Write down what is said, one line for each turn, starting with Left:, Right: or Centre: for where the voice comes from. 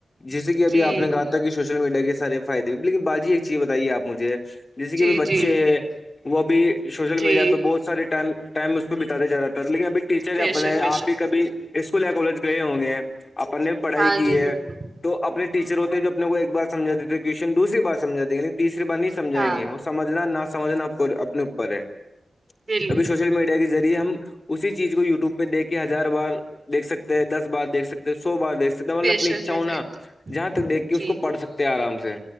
Left: جسے کہ ابھی
Right: جی
Left: آپ نے کہا تھا کہ سوشل میڈیا کے سارے فائدےئے لیکن باجی ایک چیز بتائیےپ مجھے جیسے
Right: جی
Left: کہ اب بچے
Right: جی
Left: ہیں وہ ا بھی سوشل
Right: جی
Left: میڈیا پہ بہت سارے ٹائم اس پہ بتاے جا رہا تھا لیکن ابھی ٹیچر
Right: بے
Left: اپنے
Right: شک بے
Left: آپ
Right: شک
Left: بھی کبھی اسکول یا کالج گئے ہوں گے ہیں اپن نے بھی پڑھائی
Right: ہاں
Left: کی
Right: جی
Left: ہے
Right: بالکل
Left: تو اپنے ٹیچر ہوتے ہیں جو اپنے کو ایک بارمجھاتے تھے وشن دوسری بار سمجات دی لیکن تیسری بار نہیں سمھائیں
Right: ہاں
Left: گے ہو سمجھنا نہ سمجھنا اپنے اوپر ہے
Right: جی <inaudible>
Left: ابھی سوشل میڈیا کے ریعے ہم اسی چیز کو و ٹیوب پ دے کے ہر ہار بار دیکھ سکتے ہیں دس بار دیکھ سکتے سو بار دیکھ سکتے ہیں مطلب
Right: بے
Left: اپنی
Right: شک
Left: اچھا
Right: بے
Left: ہونا
Right: شک
Left: جہاں تک دیکھ کے اس
Right: جی
Left: کو پڑھ سکتے ہیں آرام سے